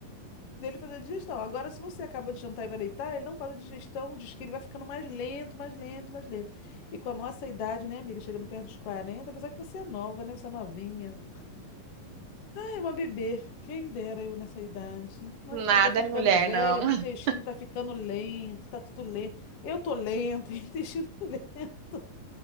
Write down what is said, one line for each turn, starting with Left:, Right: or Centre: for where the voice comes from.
Left: dele fazer a digestão. Agora, se você acaba de jantar e vai deitar, ele não faz a digestão, diz que ele vai ficando mais lento, mais lento, mais lento. E com a nossa idade, né, amiga, chegando perto dos 40, apesar que você é nova, né? Você é novinha. É uma bebê, quem dera eu nessa idade. Mas
Right: Nada,
Left: quando eu tô ficando
Right: mulher,
Left: velha,
Right: não. <laughs>
Left: meu intestino tá ficando lento, tá tudo lento. Eu tô lenta, <laughs> intestino lento.